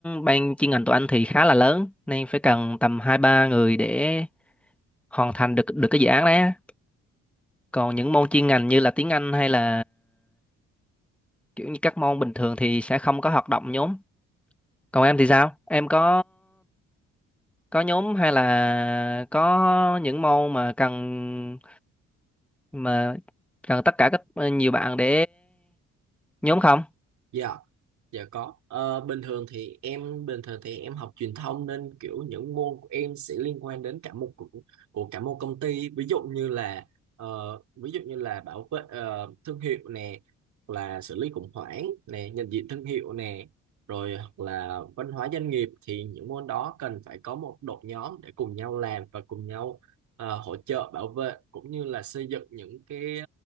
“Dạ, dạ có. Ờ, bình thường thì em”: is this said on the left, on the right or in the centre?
Right